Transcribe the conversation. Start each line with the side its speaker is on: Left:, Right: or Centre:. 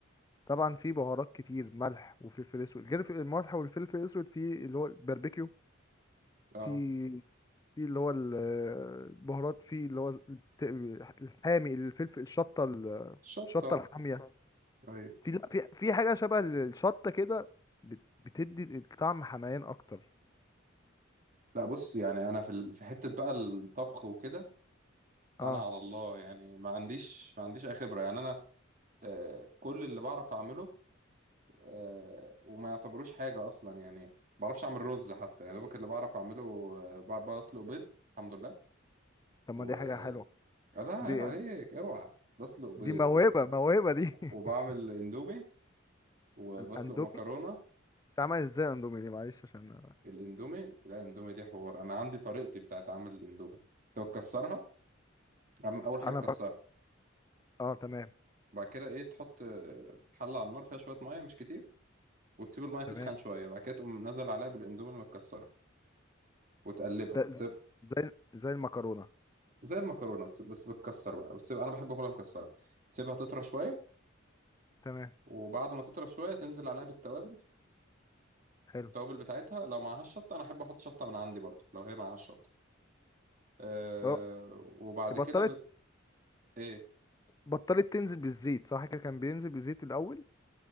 Left: طبعا في بهارات كتير ملح وفلفل اسود غير في- الملح والفلفل الاسود في اللي هو الباربيكيو
Right: اه
Left: في في اللي هو ال- البهارات في اللي هو الت- الحامي الفلفل الشطة ال-
Right: شطه
Left: الشطة الحامية
Right: ايوه
Left: في لا في في حاجه شبه الشطه كده بت- بتدي الطعم حمايان اكتر
Right: لا بص يعني انا في ال- في حته بقى الطبخ وكده
Left: اه
Right: انا على الله يعني ما عنديش ما عنديش اي خبره يعني انا آه كل اللي بعرف اعمله آه وما يعتبروش حاجه اصلا يعني ما بعرفش اعمل رز حتى يعني دوبك اللي بعرف اعمله آه ب- بسلق بيض الحمد لله
Left: طب
Right: و
Left: ما دي حاجه حلوه
Right: لا عيب
Left: دي
Right: عليك اوعى بسلق بيض
Left: دي موهبه موهبه دي <laughs>
Right: وبعمل اندومي وبسلق
Left: الاندومي
Right: مكرونة
Left: اتعمل ازاي الاندومي دي معلش عشان
Right: الاندومي لا الاندومي دي حوار انا عندي طريقتي بتاعت عمل الاندومي لو تكسرها أم- اول حاجة
Left: انا
Right: تكسرها
Left: ب... اه تمام
Right: بعد كده ايه تحط آه، حلة على النار فيها شوية مية مش كتير وتسيب المية تسخن
Left: تمام
Right: شوية بعد كده تقوم نزل عليها بالاندومي المتكسرة وتقلبها
Left: ده ز-
Right: تسيب
Left: زي زي المكرونه
Right: زي المكرونة بس بس بتكسر بقى وتسيب انا بحب اكلها مكسرة تسيبها تطرى شوية
Left: تمام
Right: وبعد ما تطرى شوية تنزل عليها بالتوابل
Left: حلو
Right: التوابل بتاعتها لو معهاش شطة انا احب احط شطة من عندي برضه لو هي معهاش شطة آه،
Left: اه
Right: وبعد
Left: بطلت
Right: كده ايه
Left: بطلت تنزل بالزيت صح كده كان بينزل بالزيت الاول